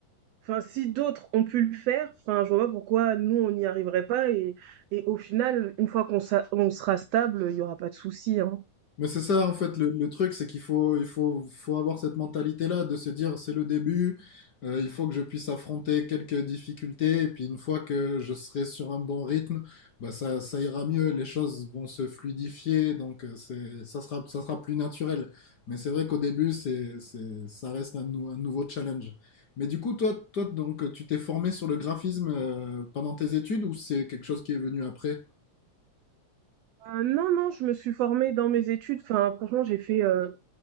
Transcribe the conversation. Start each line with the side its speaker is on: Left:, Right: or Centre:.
Right: Enfin, si d'autres ont pu le faire, enfin, je vois pas pourquoi nous on n'y arriverait pas et, et au final, une fois qu'on sa- on sera stable, il y aura pas de souci, hein.
Left: Mais c'est ça, en fait, le, le truc, c'est qu'il faut, il faut, faut avoir cette mentalité-là de se dire, c'est le début, euh, il faut que je puisse affronter quelques difficultés, et puis une fois que je serai sur un bon rythme, bah ça, ça ira mieux, les choses vont se fluidifier, donc euh, c'est, ça sera, ça sera plus naturel. Mais c'est vrai qu'au début, c'est, c'est, ça reste un, nou- un nouveau challenge. Mais du coup, toi, toi, donc, tu t'es formé sur le graphisme, euh, pendant tes études, ou c'est quelque chose qui est venu après?
Right: Ah, non, non, je me suis formée dans mes études. Enfin, franchement, j'ai fait euh,